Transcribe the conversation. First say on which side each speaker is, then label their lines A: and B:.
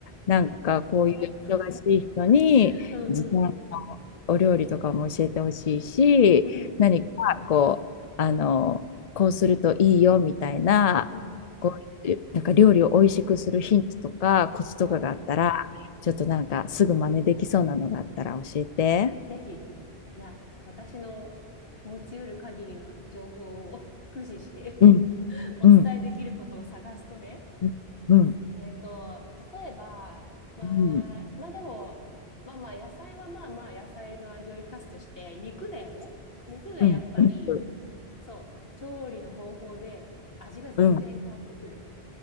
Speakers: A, on the left (about 40°); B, on the left (about 65°).
A: なんかこういう忙しい人に、
B: 豚だよね。<laughs> うんうん。
A: 時短のお料理とかも教えてほしいし、
B: うん。
A: 何かこう、あの、こうするといいよみたいな、
B: うん。
A: こう、なんか料理を美味しくするヒントとかコツとかがあったら、
B: おう。
A: ちょっとなんかすぐ真似できそうなのがあったら教えて。
B: ぜひ。いや、私の持ち得る限りの情報を <laughs> 駆使して
A: うん、
B: <laughs> お伝えできることを探すとね。
A: うん、うん、うん、
B: えっと、まあ例えば、まあ、
A: うん、
B: まあでも、まあまあ野菜はまあまあ野菜の味を生かすとして、肉だよね。肉がやっぱり、
A: うん、お肉。
B: そう、調理の方法で味が全然変わってくる。
A: うん。